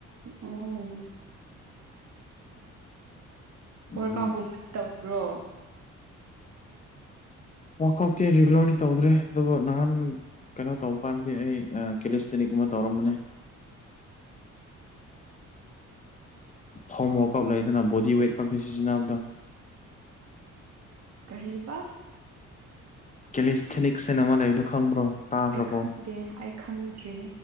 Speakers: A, on the right; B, on the left.
A: ꯎꯝ
B: ꯎꯝ
A: ꯋꯥꯔꯛ ꯑꯥꯎꯠꯒꯨꯝꯕꯅꯤ ꯇꯧꯗ꯭ꯔꯣ
B: ꯋꯥꯥꯛ ꯑꯥꯎꯠꯇꯤ ꯔꯤꯒꯨꯂꯔꯗꯤ ꯇꯧꯗ꯭ꯔꯦ ꯑꯗꯨꯕꯨ ꯅꯍꯥꯟ ꯀꯩꯅꯣ ꯇꯧꯕ ꯀꯥꯟꯗꯤ ꯑꯩ ꯀꯦꯁꯇꯅꯤ ꯒꯨꯝꯕ ꯇꯧꯔꯝꯕꯅꯦ ꯍꯣꯝ ꯋꯥꯔꯛ ꯑꯥꯎꯠ ꯂꯩꯗꯅ ꯕꯣꯗꯤ ꯋꯦꯠ ꯈꯇ ꯁꯤꯖꯤꯟꯅꯕꯗꯣ <inaudible>
A: ꯀꯔꯤꯕ
B: ꯀꯦꯂꯤꯁꯊꯦꯅꯤꯛꯁꯅ ꯑꯃ ꯂꯩꯕꯗꯣ ꯈꯪꯕ꯭ꯔꯣ ꯇꯥꯈ꯭ꯔꯕꯣ
A: ꯑꯩ ꯈꯪꯗꯦ ꯑꯩ ꯈꯪꯗ꯭ꯔꯤ